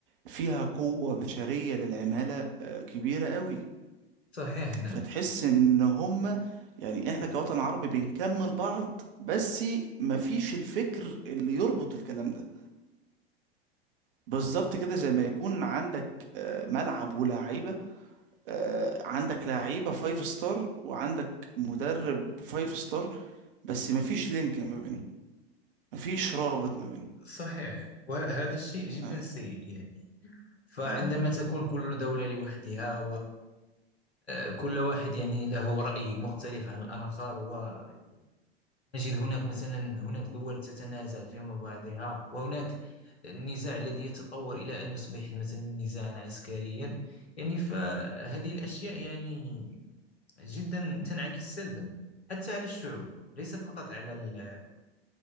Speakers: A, on the right (about 60°); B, on the left (about 75°).
A: فيها قوة بشرية للعمالة آه، كبيرة قوي
B: صحيح نعم
A: فتحس ان هم يعني احنا كوطن عربي بنكمل بعض بس مفيش الفكر اللي يربط الكلام ده بالظبط كده زي ما يكون عندك آه، ملعب ولاعيبة آه، عندك لعيبة فايف ستار وعندك مدرب فايف ستار بس مفيش لينك ما بينهم مفيش رابط ما بينهم
B: صحيح وهذا الشيء جدا
A: اه,
B: سيء يعني فعندما
A: آه.
B: تكون كل دولة لوحدها وكل واحد يعني له رأي مختلف عن الآخر ونجد هناك مثلا هناك دول تتنازع فيما بعضها وهناك النزاع الذي يتطور إلى أن يصبح مثلا نزاعا عسكريا يعني فهذه الأشياء يعني جدا تنعكس سلبا حتى على الشعوب ليس فقط على ال-